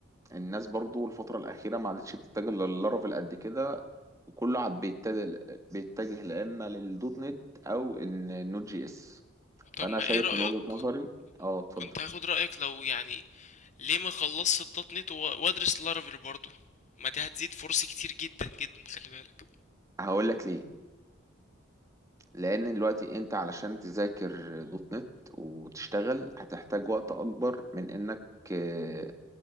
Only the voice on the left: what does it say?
طب ما
ايه رأيك
كنت هاخد رأيك لو يعني ليه ما خلصت الدوت نت و- وادرس لارافيل برضه ما دي هتزيد فرصي كتير جدا جدا خلي بالك